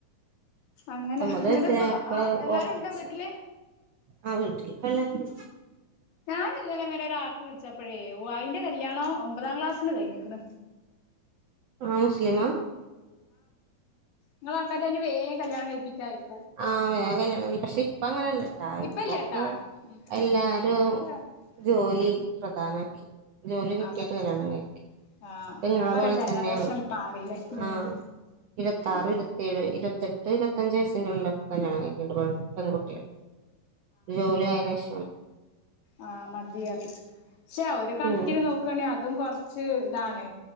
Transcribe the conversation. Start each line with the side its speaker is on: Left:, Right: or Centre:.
Left: അങ്ങനെ
Right: പത്തൊമ്പത്
Left: എന്നിട്ടിപ്പ
Right: വയസിലായപ്പ
Left: എല്ലാരും
Right: ഉറപ്പിച്ചു
Left: ഉണ്ടോ വീട്ടില്
Right: ആ വീട്ടില് ഇപ്പ എല്ലാരും ണ്ട്
Left: ഞാനൻ ഇന്നലെ അങ്ങനെ ഒരാക്ക് വിളിച്ചപ്പോഴേ അൻന്റെ കല്യാണം ഒമ്പതാം ക്ലാസ്സില് കഴിഞ്ഞിക്കണ്
Right: ആഹ മുസ്ലിമാ
Left: നിങ്ങളൾക്കാരിന് വേഗം കല്യാണം കഴിപ്പിചയക്കും
Right: ആഹ വേഗംകല്യാണം പക്ഷെ ഇപ്പ അങ്ങനെല്ല
Left: ആ
Right: ട്ടാ ഇപ്പൊക്കെ
Left: ഇപ്പല്ല്യാട്ടാ ഉം
Right: എല്ലാരും
Left: ഇപ്പൊക്കെ
Right: ജോലി
Left: ആ
Right: പ്രധാന ജോലി കിട്ടിട്ട്
Left: അതന്നെ
Right: കല്യാണ കഴിക്ക
Left: ആ
Right: ങ്ങളെ
Left: ഇപ്പൊക്കെ
Right: പോലെ
Left: ജനറേഷൻ
Right: തന്നെയ
Left: മാറില്ലേ ഉം
Right: ആഹ ഇരുപത്താറ്
Left: ഉം
Right: ഇരുപത്തേഴ് ഇരുപ പത്തെട്ട് ഇരുപത്തഞ്ച് വയസി്ന്റുള്ളല കല്യാണം കഴിക്കുന്നത്പൺകുട്ടികൾ ജോലി ആയിനേഷ
Left: ആ മതിറി പക്ഷേ ഒരു കണക്കിന്
Right: ഉം
Left: നോക്കുകയാണെിൽ അതും കുറച്ച് ഇതാണ്